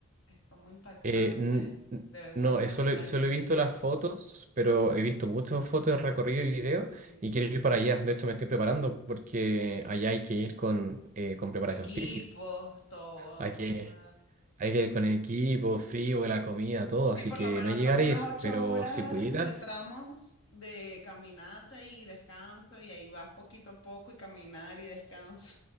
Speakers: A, on the left; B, on the right.
A: Es como impactante.
B: Eh, n- n-
A: Debe ser
B: no,
A: impactante
B: eh, solo, solo he visto
A: ese,
B: las fotos, pero he visto muchas fotos de recorrido y video
A: eh,
B: y quiero ir para allá. De hecho, me estoy preparando porque allá hay que ir con, eh, con preparación
A: equipos,
B: física.
A: todo,
B: Hay que,
A: todo.
B: Hay que ir con el equipo, frío, la comida, todo, así
A: Sí, por
B: que
A: lo menos
B: no llegar
A: son
B: a
A: unas
B: ir,
A: ocho
B: pero
A: horas
B: si pudieras,
A: de tramos de caminata y descanso, y ahí vas poquito a poco y caminar y descanso,